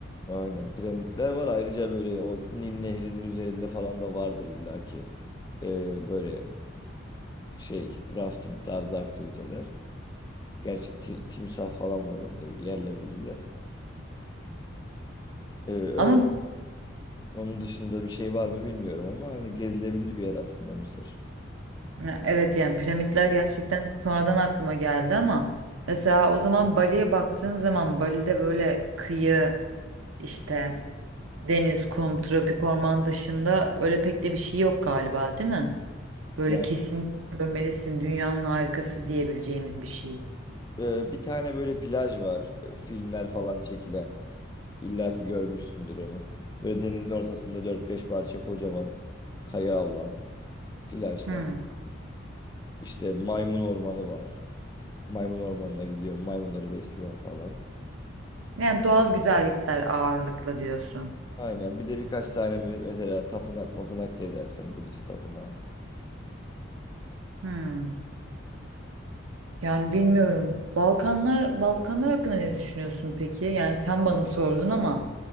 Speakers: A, on the left (about 20°); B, on the right (about 85°).
A: Aynen piramitler var. Ayrıca böyle o Nil Nehri'nin üzerinde falan da vardır illaki. E, böyle şey rafting tarzı aktiviteler. Gerçi ti- timsah falan var orada yerler bizi de. E, öyle.
B: Ama
A: Onun dışında bir şey var mı bilmiyorum ama hani gezilebilir bir yer aslında Mısır.
B: ya evet yani piramitler gerçekten sonradan aklıma geldi ama mesela o zaman Bali'ye baktığın zaman Bali'de böyle kıyı işte deniz, kum, tropik orman dışında öyle pek de bir şey yok galiba değil mi? Böyle
A: Ya
B: kesin görmelisin dünyanın harikası diyebileceğimiz bir şey.
A: e, bir tane böyle plaj var. e, Filmler falan çekilen. İlla ki görmüşsündür onu. Böyle denizin ortasında dört beş parça kocaman kaya olan plajlar.
B: Hmm.
A: İşte maymun ormanı var. Maymun ormanına gidiyor. Maymunları besliyorum falan.
B: Yani doğal güzellikler ağırlıkla diyorsun.
A: Aynen. Bir de birkaç tane mü- mesela tapınak mapınak gezersin. Budist tapınağı.
B: Hmm. Yani bilmiyorum. Balkanlar Balkanlar hakkında ne düşünüyorsun peki? Yani sen bana sordun ama